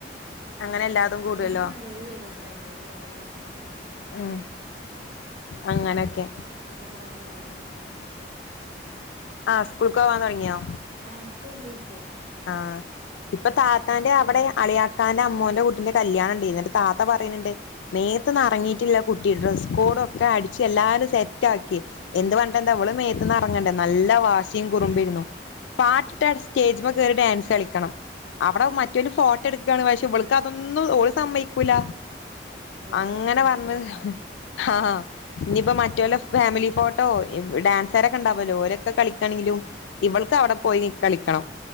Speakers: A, on the left (about 85°); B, on the right (about 75°).
A: അങ്ങനെ എല്ലാതും
B: അല്ല
A: കൂടുവല്ലോ
B: പിന്നെ പറഞ്ഞാല് ഓല് വലുതായില്ലെ ഓല് ഓലതായിട്ടില്ലെ
A: ഉം
B: ഇതൊക്കെ
A: അങ്ങനൊക്കെ
B: ഇങ്ങനെ പോപ്പ സ്കൂക്കൊക്കെ പോവാൻ തൊടങ്ങി.
A: ആഹ് സ്കൂൾക്ക് പോവാൻ തൊടങ്ങിയോ?
B: ആഹ് ഇപ്പൊ വല്യ കുട്ടിയായി
A: ആഹ് ഇപ്പൊ
B: ഓള്
A: താത്താന്റെ
B: മൂന്നിലോ
A: അവിടെ അളിയാക്കാന്റെ അമ്മോന്റെ കുട്ടീന്റെ കല്യാണെണ്ടേ എന്നിട്ട് താത്ത പറയണെണ്ട് മേത്ത്ന്നറങ്ങിയിട്ടില്ല
B: ആഹ്
A: കുട്ടി ഡ്രസ് കോഡൊക്കെ അടിച്ച് എല്ലാരും സെറ്റ് ആക്കി. എന്ത് പറഞ്ഞട്ടെന്താ ഇവള്
B: ആഹ്
A: മേത്ത്ന്നെറങ്ങ ണ്ടെ നല്ല വാശിയും കുറുമ്പിരുന്നു. പാട്ടിട്ടാതി സ്റ്റേജ്മ്മക്കേറി
B: ആഹ്
A: ഡാൻസ് കളിക്കണം. അവിടെ മറ്റോന് ഫോട്ടോ എടുക്കാണ് പക്ഷെ ഇവള്ക്ക് അതൊന്നും ഓള് സമ്മയ്ക്കൂലാ.
B: ഓൾക്ക്
A: അങ്ങനെ
B: ഡാൻസ്
A: പറഞ്ഞ്
B: കളിച്ചാണ്
A: ഹാ അഹ് ഇനിപ്പൊ മറ്റഓല
B: ഉം
A: ഫാമിലി ഫോട്ടോ ഇവ് ഡാൻസ്കാരൊക്കെണ്ടാവല്ലോ ഓരൊക്കെ കളി ക്കണെങ്കിലും
B: ആഹ്
A: ഇവൾക്ക് അവിടെ പോയി കളിക്കണം